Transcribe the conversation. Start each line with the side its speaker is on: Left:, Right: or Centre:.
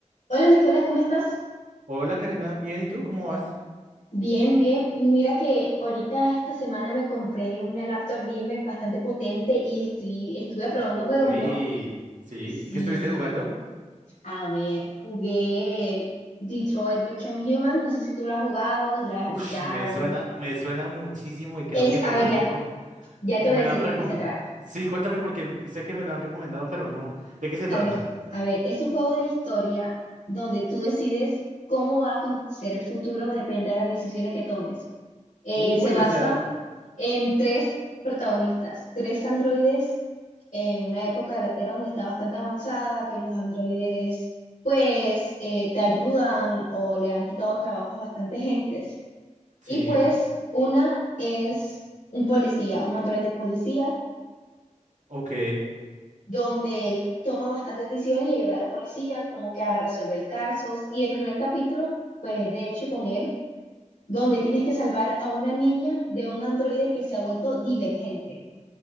Left: Hola Nicolás, ¿cómo estás?
Right: Hola Karina, bien, ¿y tú? ¿Cómo vas?
Left: Bien, bien. Mira que ahorita esta semana me compré una laptop gamer bastante potente y estoy, estuve probando
Right: Uy,
Left: juegos, ¿no?
Right: sí,
Left: Sí,
Right: ¿y qué estuviste jugando?
Left: a ver, jugué Detroit Become Human, no sé si tú la has jugado, la has
Right: Ush,
Left: escuchado.
Right: me suena, me suena muchísimo y creo
Left: Es,
Right: que
Left: a
Right: me lo
Left: ver,
Right: han
Left: ya,
Right: reco,
Left: ya
Right: me
Left: te voy a decir
Right: lo han reco.
Left: de qué se trata.
Right: Sí, cuéntame porque sé que me lo han recomendado, pero no. ¿De qué se trata?
Left: A ver, a ver, es un juego de historia donde tú decides cómo va a acontecer el futuro, depende de las decisiones que tomes. Eh,
Right: Uy,
Left: se basa
Right: o sea,
Left: em, tres protagonistas, tres androides en una época de la Tierra donde está bastante avanzada, que los androides pues eh, te ayudan o le han quitado trabajo a bastante gentes.
Right: sí,
Left: Y pues una es un policía, un androide policía,
Right: ok.
Left: donde él toma bastantes decisiones y ayuda a la policía como que a resolver casos. Y el primer capítulo, pues de hecho con él, donde tienes que salvar a una niña de un androide que se ha vuelto divergente.